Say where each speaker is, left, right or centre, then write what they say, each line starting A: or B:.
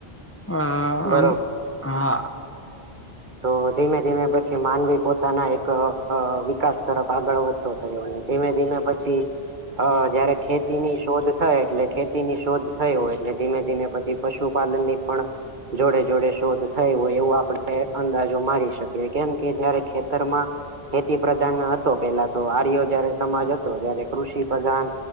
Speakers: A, on the left (about 15°); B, on the right (about 50°).
A: અ
B: બરોબર.
A: અને હા
B: તો ધીમે ધીમે પછી માનવી પોતાના એક વિકાસ તરફ આગળ વધતો થયો ધીમે ધીમે પછી અ જયારે ખેતીની શોધ થાય એટલે ખેતી ની શોધ થઈ હોય એટલે ધીમે ધીમે પછી પશુપાલન ની પણ જોડે જોડે શોધ થઈ હોય એવું આપડે અંદાજો મારી શકીએ કેમ કે જયારે ખેતરમાં ખેતી પ્રધાન હતો પેલા તો આર્ય જયારે સમાજ હતો જય્યારે કૃષિ પ્રધાન